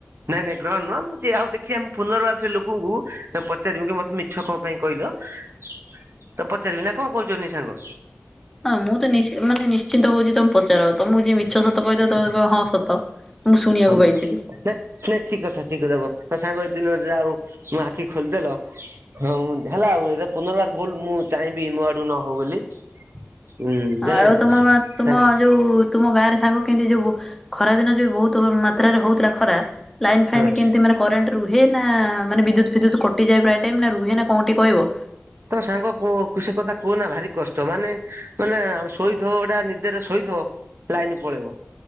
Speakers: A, on the right; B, in the centre.
A: ନାଇଁ ନାଇଁ ଗ୍ରହଣ ନୁହଁ ମୁଁ ଦେଆଉ ଦେଖିବା ମୁ ପୁନର୍ବାର ସେ ଲୋକଙ୍କୁ ତମେ ପଚାରିବି କି ମତେ ମିଛ କଣ ପାଇଁ କହିଲ? ତମେ ପଚାରିବି ନା କଣ କହୁଛ ନି ସାଙ୍ଗ?
B: ହଁ ମୁଁ ତ ନିଶ ମାନେ ନିଶ୍ଚିନ୍ତ କହୁଚି ତମେ ପଚାର ତମକୁ ଯିଏ ମିଛ ସତ କହିଦେବ ତମେ କହିବ ହଁ ସତ। ମୁଁ ଶୁଣିବାକୁ
A: ହଁ <unintelligible>
B: ପାଇଥିଲି
A: ଠିକ କଥା ଠିକ କଥା ମୋ ସାଙ୍ଗ ଏତେ ଦିନ ପରେ ଆଉ ମ ଆଖି ଖୋଲିଦେଲ। ହଁ ହେଲା ଆଉ ଏ ପୁନରବାର ଭୁଲ ମୁଁ ଚାହିଁବି ମୋ ଆଡୁ ନ ହଉ ବୋଲି। ଉଁ ଜାଣିଲେ
B: ଆଉ ତମ ତୁମ
A: ସାଙ୍ଗ
B: ଯୋଉ ତୁମ ଗାଁରେ ସାଙ୍ଗ କେମିତି ଯୋଉ ଖରା ଦିନ ଯଉ ବୋହୁତ ମାତ୍ରାରେ ହୋଉଥିଲା ଖରା ଲାଇନ୍ ଫାଇନ୍
A: ହଁ
B: କେମିତି ମାନେ କରେଣ୍ଟ ରୁହେ ନା ମାନେ, ବିଦ୍ୟୁତ ଫିଦ୍ୟୁତ କଟିଯାଏ ପ୍ରାୟ ଟାଇମ ନା ରୁହେ ନା କୋଉଠି କହିବ?
A: ତମ ସାଙ୍ଗ କ ଖୁସି କଥା କୁହନା ଭାରି କଷ୍ଟ, ମାନେ ମାନେ ଶୋଇଥବ ଗୋଟା ନିଦେରେ ଶୋଇଥବ। ଲାଇନ ପଳେଇବ।